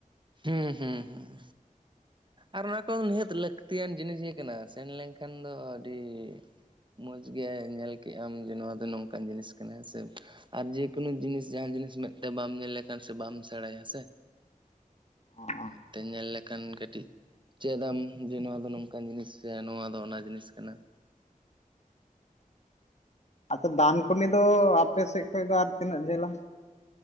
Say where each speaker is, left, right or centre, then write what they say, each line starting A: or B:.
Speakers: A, on the right; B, on the left.
A: ᱦᱩᱸ ᱦᱩᱸ ᱦᱩᱸ ᱟᱨ ᱚᱱᱟ ᱠᱚ ᱦᱚ ᱱᱤᱦᱟᱹᱛ ᱞᱟᱹᱠᱛᱤ ᱭᱟᱱ ᱡᱤᱱᱤᱥ ᱜᱮ ᱠᱟᱱᱟ ᱥᱮᱱ ᱞᱮᱱ ᱠᱷᱟᱱ ᱫᱚ ᱟᱹᱰᱤ ᱢᱚᱸᱡᱽ ᱜᱮ ᱧᱮᱞ ᱠᱮᱫ ᱟᱢ ᱡᱮ ᱱᱚᱣᱟ ᱫᱚ ᱱᱚᱝ ᱠᱟᱱ ᱡᱤᱱᱤᱥ ᱠᱟᱱᱟ ᱦᱮᱥᱮ ᱟᱨ ᱡᱮ ᱠᱳᱱᱳ ᱡᱤᱱᱤᱥ ᱡᱟᱦᱟᱸᱱ ᱡᱤᱱᱤᱥ ᱢᱮᱫ ᱛᱮ ᱵᱟᱢ ᱧᱮᱞ ᱞᱮᱠᱷᱟᱱ ᱥᱮ ᱵᱟᱢ ᱥᱮᱬᱟᱭᱟ ᱥᱮ
B: ᱚ
A: ᱢᱮᱫ ᱛᱮ ᱧᱮᱞ <unintelligible> ᱠᱷᱟᱱ ᱠᱟᱹᱴᱤᱡ ᱪᱮᱫᱟᱢ ᱡᱮ ᱱᱚᱣᱟ ᱫᱚ ᱱᱚᱝᱠᱟᱱ ᱡᱤᱱᱤᱥ ᱥᱮ ᱱᱚᱣᱟ ᱫᱚ ᱚᱱᱟ ᱡᱤᱱᱤᱥ ᱠᱟᱱᱟ।
B: ᱟᱫᱚ ᱫᱟᱱᱠᱩᱱᱤ ᱫᱚ ᱟᱯᱮ ᱥᱮᱫ ᱠᱷᱚᱡ ᱫᱚ ᱟᱨ ᱛᱤᱱᱟᱹᱜ ᱡᱷᱟᱹᱞᱟ?